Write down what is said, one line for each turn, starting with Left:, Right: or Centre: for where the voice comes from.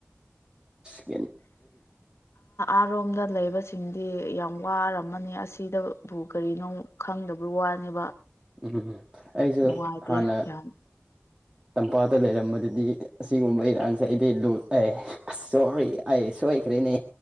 Right: ꯑ
Left: ꯑꯔꯣꯝꯗ ꯂꯩꯕꯁꯤꯡꯗꯤ ꯌꯥꯎ ꯌꯥꯝ ꯋꯥꯔꯝꯃꯅꯤ ꯑꯁꯤꯗꯕꯨ ꯀꯔꯤꯅꯣ ꯈꯪꯗꯕ ꯋꯥꯅꯦꯕ
Right: ꯎꯝ ꯎꯝꯝ ꯑꯩꯁꯨ
Left: ꯅꯨꯡꯉꯥꯏꯇꯦ
Right: ꯍꯥꯟꯅ
Left: ꯌꯥꯝ
Right: ꯇꯝꯄꯥꯛꯇ ꯂꯩꯔꯝꯕꯗꯨꯗꯤ ꯑꯁꯤꯒꯨꯝꯕ ꯏꯔꯥꯡꯁꯦ ꯑꯩꯗꯤ ꯂꯨ ꯑꯦ ꯑꯁ ꯁꯣꯔꯤ ꯑꯩ ꯁꯣꯏ ꯂꯩꯈ꯭ꯔꯦꯅꯦ